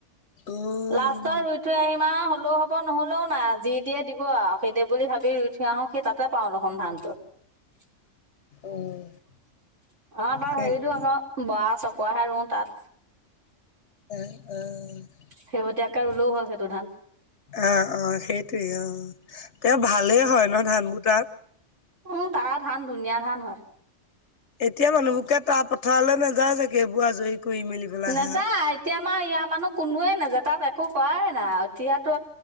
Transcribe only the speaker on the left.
উম
উম
সেইটোৱে
অ',
আহ, অ', সেইটোৱে অ তেওঁ ভালেই হয় ন ধান বুটাক।
এতিয়া মানুহবোৰকে তাৰ পথাৰলৈ নাযায় যোগেবোৰ আজৰি কৰি মেলি পেলাই
আহে আৰু।